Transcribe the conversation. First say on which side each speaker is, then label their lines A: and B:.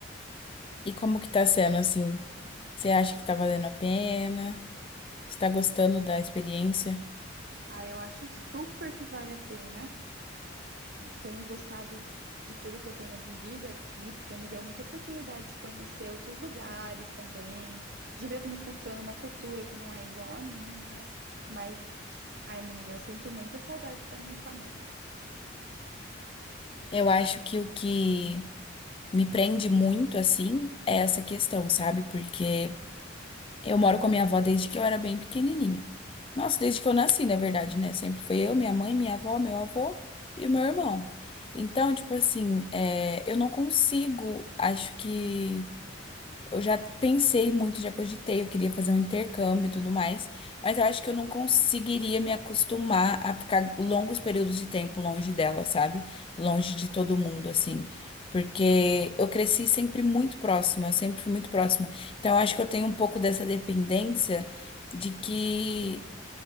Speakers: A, on the left; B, on the right.
A: E como que tá sendo assim? Você acha que tá valendo a pena? Você tá gostando da experiência?
B: Aí eu acho super que vale a pena. tenho gostado de tudo que eu tenho vivido aqui, porque me deu muita oportunidade de conhecer outros lugares também, de ver como funciona uma cultura que não é igual à minha. Mas, ai, menina, eu sinto muitas saudades da minha família.
A: Eu acho que o que me prende muito, assim, é essa questão, sabe? Porque Eu moro com a minha avó desde que eu era bem pequenininha. Nossa, desde que eu nasci, na verdade, né? Sempre foi eu, minha mãe, minha avó, meu avô e o meu irmão. Então, tipo assim, é, eu não consigo, acho que. Eu já pensei muito, já cogitei, eu queria fazer um intercâmbio e tudo mais, mas eu acho que eu não conseguiria me acostumar a ficar longos períodos de tempo longe dela, sabe? Longe de todo mundo, assim. Porque eu cresci sempre muito próxima, eu sempre fui muito próxima. Então eu acho que eu tenho um pouco dessa dependência de que